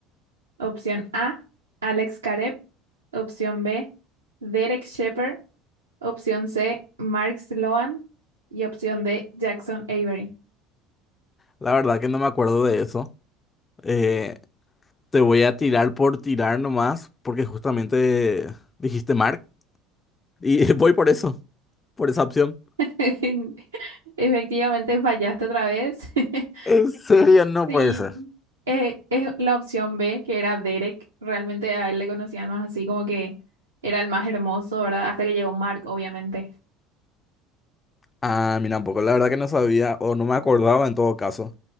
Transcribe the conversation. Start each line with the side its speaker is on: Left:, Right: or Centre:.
Right: Opción A, Alex Caret. Opción B, Derek Shepherd. Opción C, Mark Sloan. Y opción D, Jackson Avery.
Left: La verdad que no me acuerdo de eso. Eh, te voy a tirar por tirar nomás, porque justamente dijiste Mark. Y <laughs> voy por eso, por esa opción.
Right: <laughs> Efectivamente, fallaste otra vez. <laughs>
Left: En serio, no
Right: Sí.
Left: puede ser.
Right: Eh, es la opción B, que era Derek. Realmente a él le conocían más así como que era el más hermoso, ¿verdad? Hasta que llegó Mark, obviamente.
Left: Ah, mira, tampoco. La verdad que no sabía o no me acordaba en todo caso.